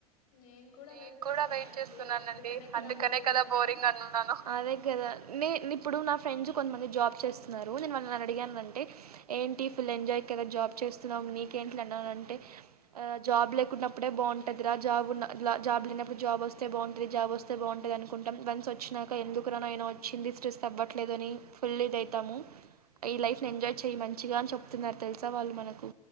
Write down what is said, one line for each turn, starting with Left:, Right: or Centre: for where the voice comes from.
Left: నేను కూడా
Right: నేను
Left: వెయిట్ చేస్తున్నానండి
Right: కూడా వెయిట్ చేస్తున్నానండి
Left: అందుకనే కదా
Right: అందుకనే
Left: బోరింగ్
Right: కదా
Left: అన్నాను
Right: బోరింగ్ అన్నాను అదే కదా ఇప్పుడు నా ఫ్రెండ్స్ కొంతమంది జాబ్ చేస్తున్నారు నేను వాళ్లని అడిగాను ఏంటి ఫుల్ ఎంజాయ్ కదా జాబ్ చేస్తున్నావ్ నీకేంటిలే అన్నానంటే ఆ జాబ్ లేకునపుడే బాగుంటుంది రా జాబ్ ఉన్న జాబ్ లేనపుడు జాబ్ వస్తె బాగుంటుంది జాబ్ వస్తె బాగుంటుంది అని అనుకుంటాం వన్స్ వచ్చినాక ఎందుకు రా నైనా వచ్చింది స్ట్రెస్ అవ్వట్లేదు అని రియలైజ్ అవుతాము ఈ లైఫ్ ఎంజాయ్ చేయి మంచిగా అని చెప్తున్నారు తెలుసా వాళ్ళు మనకు